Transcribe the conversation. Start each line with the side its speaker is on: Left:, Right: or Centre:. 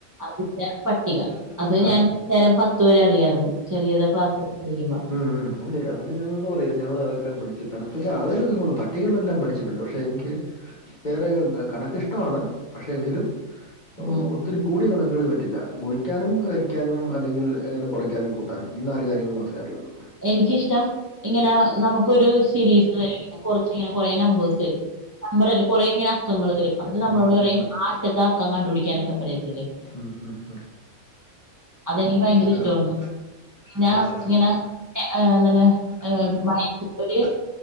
Right: അതിന്റെ പട്ടിക അത്
Left: ആ
Right: ഞാൻ നേരം പത്ത് വരെ അറിയായിരുന്നു ചെറിയതാ ക്ലാസൊക്കെ പഠിക്കുമ്പോ.
Left: ഉം അത് ശരി അതൊക്കെ ഞങ്ങൾക്കും അറയാം ഞങ്ങൾതൊക്കെ പഠിച്ചു കണക്കെ അവലൊക്കെ പട്ടികളെല്ലാം പഠിച്ചിട്ടുണ്ട് പക്ഷെ പക്ഷെ എനിക്ക് വേറെ കണക്കിഷ്ടമാണ് പക്ഷെ എങ്കിലും
Right: ഉം
Left: ഇതൊരു കൂടിയ കണക്കുകൾ പറ്റില്ല ഗുണിക്കാനും ഹരിക്കാനും അല്ലെങ്കിൽ അങ്ങനെ കുറയ്ക്കാനും കൂട്ടാനും ഈ നാല് കാര്യങ്ങൾ മാത്രേ അറിയൊള്ളൂ.
Right: എനിക്കിഷ്ടം ഇങ്ങനെ നമുക്കൊരു സീരീസ് വരില്ലെ കൊറച്ച് ഇങ്ങനെ കൊറേ നമ്പേഴസ് വരും നമ്പറില്ലെ, കൊറേ അങ്ങനെ അക്കങ്ങൾ വരും അത് നമ്മളോട്
Left: ഉം,
Right: പറയും ആദ്യത്തെ അക്കം കണ്ടു പിടിക്കാനൊക്കെ പറയും.
Left: ഉം, ഉം, ഉം.
Right: അതെനിക്ക് ഭയങ്കര ഇഷ്ടമാണ്
Left: ആ
Right: പിന്നെ
Left: ആഹ്
Right: ഇങ്ങനെ ആ എന്താണ് ആഹ് മയ ഒര്